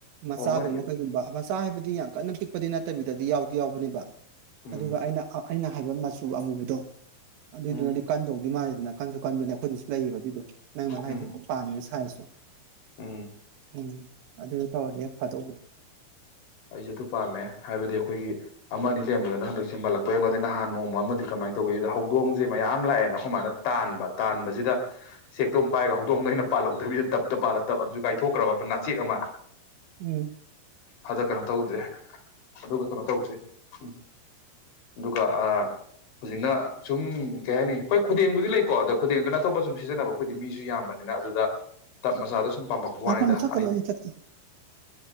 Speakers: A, on the right; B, on the left.
A: ꯃꯆꯥꯒꯨꯝꯕ
B: ꯑꯣ ꯃꯣꯏꯅ
A: ꯀꯩꯒꯨꯝꯕ ꯃꯆꯥ ꯍꯥꯏꯕꯗꯤ ꯗꯤ ꯌꯥꯝ ꯀꯟꯅ ꯄꯤꯛꯄꯗꯤ ꯅꯠꯇꯕꯤꯗꯗꯤ ꯌꯥꯎꯗꯤ ꯌꯥꯎꯕꯅꯦꯕ
B: ꯎꯝ
A: ꯑꯗꯨꯒ ꯑꯩꯅ ꯑꯩꯅ ꯍꯥꯏꯕ ꯃꯆꯨ ꯑꯃꯨꯕꯗꯣ ꯑꯗꯨꯏꯗꯨꯅꯗꯤ
B: ꯎꯝ
A: ꯀꯟꯗꯧꯗꯤ ꯃꯥꯜꯂꯤꯁꯦ ꯑꯗꯨ ꯅꯥ ꯀꯟꯁꯨ ꯀꯟꯕꯅꯦ ꯑꯩꯈꯣꯏꯗꯨꯁꯨ ꯂꯩꯌꯦꯕ ꯑꯗꯨꯏꯗꯣ ꯅꯪ ꯍꯥꯏ
B: ꯎꯝ
A: ꯄꯥꯝ ꯁꯥꯏꯁꯨ
B: ꯎꯝ
A: ꯎꯝ ꯑꯗꯨꯗ ꯇꯧꯔꯗꯤ ꯍꯦꯛ ꯐꯥꯗꯧꯕꯗ
B: ꯑꯩꯁꯦ ꯑꯗꯨ ꯄꯥꯝꯃꯦ ꯍꯥꯏꯕꯗꯤ ꯑꯩꯈꯣꯏꯒꯤ ꯑꯃꯅꯤ ꯁꯦꯝꯕꯗꯨꯅ ꯍꯟꯗꯛ ꯁꯦꯝꯃꯠꯂꯛꯄꯔꯒꯗ ꯅꯍꯥꯟ ꯅꯣꯡꯃ ꯑꯃꯗꯤ ꯀꯃꯥꯏꯅ ꯇꯧꯒꯦꯗ ꯍꯧꯗꯣꯡꯁꯦ ꯃꯌꯥꯝ ꯂꯥꯛꯑꯦꯅ ꯁꯃꯥꯏꯅ ꯇꯥꯟꯕ ꯇꯥꯟꯕꯁꯤꯗ ꯆꯦꯛꯇꯨꯝꯝ ꯄꯥꯏꯒ ꯍꯧꯗꯣꯡꯗꯣ ꯑꯩꯅ ꯄꯥꯜꯍꯧꯗꯕꯤꯗ ꯇꯞꯇ ꯄꯥꯜꯂ ꯑꯞ ꯀꯥꯏꯊꯣꯛꯈ꯭ꯔꯕ ꯅꯥꯆꯦꯛ ꯑꯃ
A: ꯎꯝ
B: ꯑꯗ ꯀꯩꯅꯣ ꯇꯧꯗ꯭ꯔꯦ ꯑꯗꯨꯒ ꯀꯩꯅꯣ ꯇꯧꯁꯦ ꯎ ꯑꯗꯨꯒ ꯍꯧꯖꯤꯛꯅ ꯁꯨꯝ ꯀꯩ ꯍꯥꯏꯅꯤ ꯍꯣꯏ ꯈꯨꯗꯦꯡꯕꯨꯗꯤ ꯂꯩꯀꯣ ꯑꯗꯣ ꯈꯨꯗꯦꯡꯗꯨꯅ ꯑꯇꯣꯞꯄ ꯁꯨꯝ ꯁꯤꯖꯤꯟꯅꯕ ꯑꯩꯈꯣꯏꯗꯤ ꯃꯤꯁꯨ ꯌꯥꯝꯕꯅꯤꯅ ꯑꯗꯨꯗ ꯇꯞ ꯃꯆꯥꯗ ꯁꯨꯝ ꯄꯥꯝꯃꯛꯄ
A: ꯉꯥꯏꯈꯣ
B: ꯋꯥꯅꯤꯗ
A: ꯃꯨꯊꯠꯀꯅꯣ
B: ꯑꯩ
A: ꯃꯨꯊꯠꯀꯦ